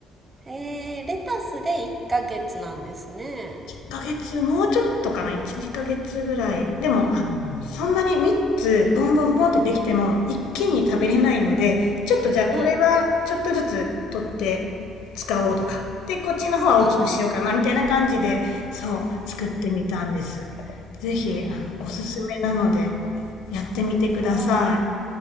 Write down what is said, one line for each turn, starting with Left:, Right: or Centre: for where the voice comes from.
Right: ー、レタスで1ヶ月なんですね
Left: ヶ月、もうちょっとかな、1、2ヶ月ぐらい。でも、
Right: うん
Left: あの、そんなに3つボンボンボンってできても一気に食べれないので、ちょっとじゃあこれはちょっとずつ取って使おうとか。
Right: うん
Left: で、こっちの方は大きくしようかな、
Right: あー
Left: みたいな感じで、そう、作ってみたんです。ぜひ、あの、おすすめなので、やってみてください。
Right: あ